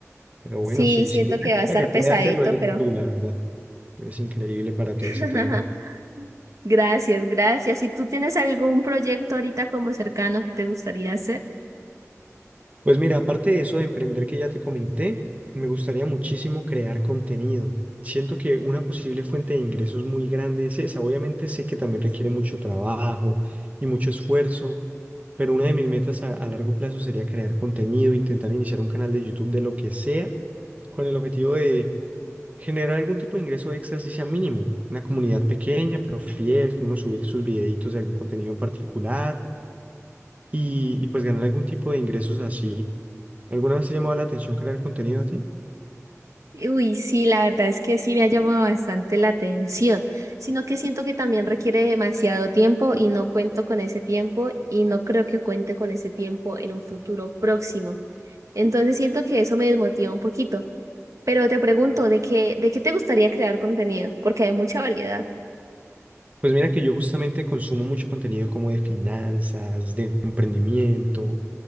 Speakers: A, on the right (about 30°); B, on the right (about 85°).
A: Pero
B: Sí,
A: bueno, sí,
B: siento
A: sí,
B: que va a estar
A: la que puede
B: pesadito,
A: hacerlo eres
B: pero
A: tú, la verdad. Eres increíble para todo
B: <laughs>
A: ese tema.
B: gracias, gracias. ¿Y tú tienes algún proyecto ahorita como cercano que te gustaría hacer?
A: Pues mira, aparte de eso de emprender que ya te comenté, me gustaría muchísimo crear contenido. Siento que una posible fuente de ingresos muy grande es esa. Obviamente sé que también requiere mucho trabajo y mucho esfuerzo, pero una de mis metas a, a largo plazo sería crear contenido, intentar iniciar un canal de YouTube de lo que sea, con el objetivo de generar algún tipo de ingreso extra, si sea mínimo. Una comunidad pequeña, pero fiel, que uno subir sus videitos de algún contenido en particular y, y pues ganar algún tipo de ingresos así. ¿Alguna vez te ha llamado la atención crear contenido a ti?
B: Uy, sí, la verdad es que sí me ha llamado bastante la atención, sino que siento que también requiere demasiado tiempo y no cuento con ese tiempo y no creo que cuente con ese tiempo en un futuro próximo. Entonces siento que eso me desmotiva un poquito. Pero te pregunto, ¿de qué, de qué te gustaría crear contenido? Porque hay mucha variedad.
A: Pues mira que yo justamente consumo mucho contenido como de finanzas, de emprendimiento,